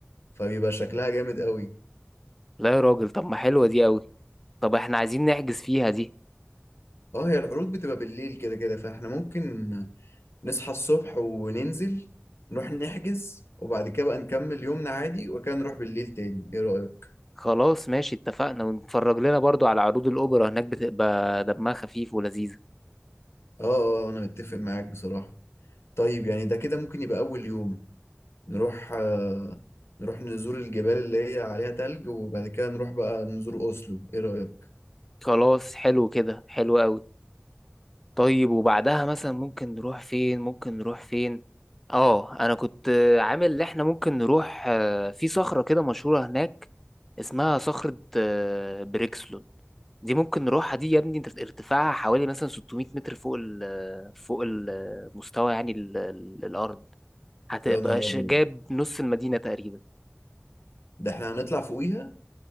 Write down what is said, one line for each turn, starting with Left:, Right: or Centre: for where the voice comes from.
Left: فبيبقى شكلها جامد قوي
Centre: لا يا راجل طب ما حلوة دي قوي طب احنا عايزين نحجز فيها دي
Left: اه هي العروض بتبقى بالليل كده كده فاحنا ممكن نصحى الصبح وننزل نروح نحجز وبعد كده بقى نكمل يومنا عادي وكان نروح بالليل تاني ايه رايك
Centre: خلاص ماشي اتفقنا ونتفرج لنا برضو على عروض الأوبرا هناك بتبقى دمها خفيف ولذيذة
Left: اه اه آه، انا متفق معاك بصراحه طيب يعني ده كده ممكن يبقى أول يوم نروح آه، نروح نزور الجبال اللي هي عليها تلج وبعد كده نروح بقى نزور أوسلو إيه رأيك؟
Centre: خلاص حلو كده حلو قوي طيب وبعدها مثلا ممكن نروح فين ممكن نروح فين اه انا كنت عامل ان احنا ممكن نروح آه، في صخرة كده مشهورة هناك اسمها صخرة آه، بريكسلون دي ممكن نروحها دي يا ابني انت ارتفاعها حوالي مثلا 600 متر فوق ال آه، فوق المستوى يعني ال- ال- الأرض هتبقى
Left: يا نهار
Centre: ش-
Left: أبيض
Centre: جايب نص المدينة تقريبا
Left: ده إحنا هنطلع فوقيها؟